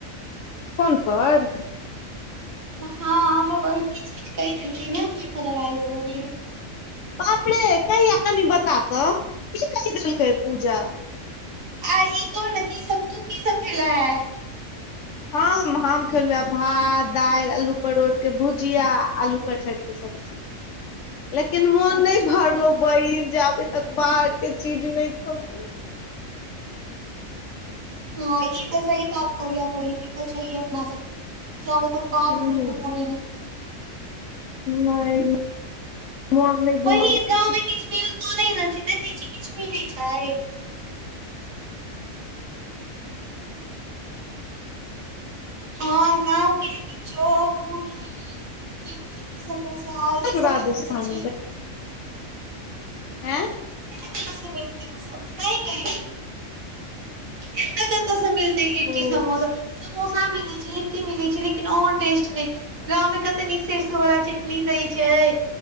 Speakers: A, on the left; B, on the right.
A: फोन पर
B: हँ हमर बहिन किछु किछु कहि देलख ने तू ओहि पर लड़ाई हो गेल
A: बाप रे कहिया कनि बता तऽ की कहि देलकै पूजा
B: आ ई तो न की सब तू की सब खेले है
A: हँ हम खेलहुँ आ भात दालि आलू परोरके भुजिया आलू कटहरके सब्जी लेकिन मोन
B: अच्छा
A: नइ भरलो बहन जाबे तक बाहर के चीज नहि खब
B: हँ ई तऽ सही बात कह बहिनी तऽ छै अपना सबके जाबे तऽ बाहर
A: हूँ
B: कि नहि घुमानने <unintelligible>
A: नहि अनेक बिमार
B: बहिन गाँव
A: <unintelligible>
B: मे किछ मिलतो नहि ने छै देखै छी किछ मिलैत छै हँ गाँव के लेकिन चौक मुड़ही लिट्टी सब ई सब
A: राजस्थान
B: लेकिन जे छी
A: आय
B: कस मिलती ओ सब नइ गई एक कतस मिल लिट्टी
A: ऐं
B: समोसा समोसा मिली छी लिट्टी मिली छी लेकिन ओनटेस्ट न गाँव मे कते नीक सरसों वाला चटनी दय छै